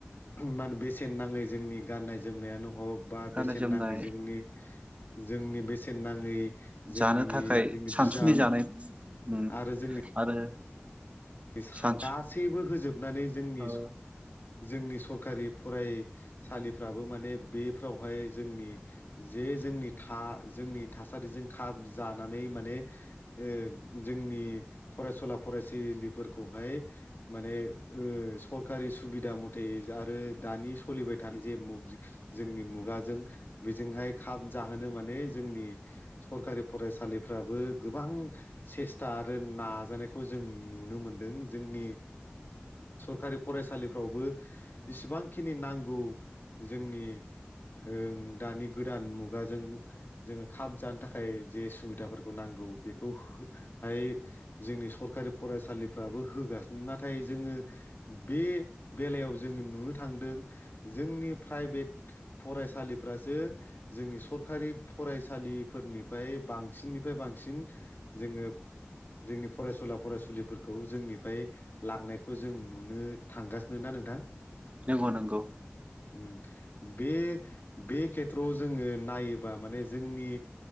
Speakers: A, on the left; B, on the right.
A: मान बेसेन नाङै जोंनि गाननाय जोमनायानो हग बा
B: गाननाय
A: बेसेन
B: जोमनाय
A: नाङै जोंनि जोंनि बेसेन नाङै जोंनि
B: जानो थाखाय
A: जोंनि
B: सानसुनि
A: बिजाब
B: जानाय उम
A: आरो जोंनि
B: आरो
A: <unintelligible>
B: सानसु
A: गासैबो होजोब हाबनानै जोंनि
B: औ
A: जोंनि सरखारि फरायसालिफ्राबो माने बेफ्रावहाय जोंनि जे जोंनि था जोंनि थासारिजों खाब जानानै माने ओ जोंनि फरायसुला फरायसुलि फोरखौहाय माने ओ सरकारि सुबिदा मथे आरो दानि सलिबाय थानाय जे मुग जोंनि मुगाजों बेजोंहाय खाब जाहोनो माने जोंनि सरकारि फरायसालिफ्राबो गोबां सेस्था आरो नाजानायखौ जों नुनो मोनदों जोंनि सरकारि फरायसालिफ्रावबो जसेबांखिनि नांगौ जोंनि ओं दानि गोदान मुगाजों जोङो खाब जानो थाखाय जे सुबिदाफोरखौ नांगौ बेखौहाय जोंनि सरकारि फरायसालिफ्राबो होगासिनो। नाथाय जोङो बे बेलायाव जोङो नुनो थांदों जोंनि प्राइभेट फरायसालिफ्रासो जोंनि सरकारि फरायसालिफोरनिफ्राय बांसिननिफ्राय बांसिन जोङो जोंनि फरायसुला फरायसुलिफोरखौ जोंनिफ्राय लांनायखौ जों नुनो थांगासिनो ना नोंथां!
B: नोंगौ नोंगौ
A: उम बे बे खेथ्रआव जोङो नायोबा माने जोंनि